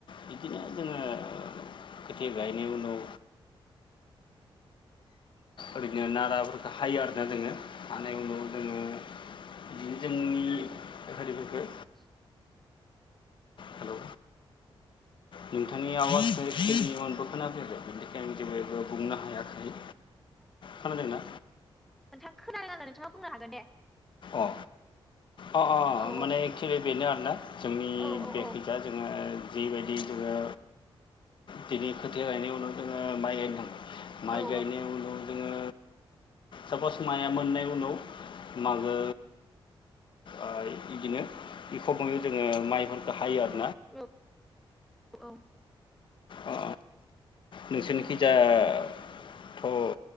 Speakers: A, on the left (about 55°); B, in the centre.
A: बिदिनो जोङो खोथिया गायनायनि उनाव ओरैनो नाराफोरखौ हायो आरोना जोङो हानाय उनाव जोङो बिदिनो जोंनि होरिफोरखो
B: <inaudible>
A: हेलौ नोंथांनि आवसनि अनबो खोनाफैयाखै। आं जेबो बुंनो हायाखै खोनादोंना?
B: नोंथाङा खोनानो नांगोन नोंथाङा बुंनो हागोन दे।
A: अ अ अ
B: औ
A: माने एक्सुलि बेनो आरोना जोंनि
B: औ
A: बेखैजा
B: औ
A: जोङो जिबायदि जोङो बिनि खोथिया गायनायनि उनाव जोङो माइ गायनो थाङो।
B: औ
A: माइ गायनाय उनाव जोङो साफस माइआ मोननाय उनाव मागो ओ इदिनो एखौबै जोङो माइफोरखौ हायो आरो।
B: औ औ
A: अ नोंसोरनिखिजा थ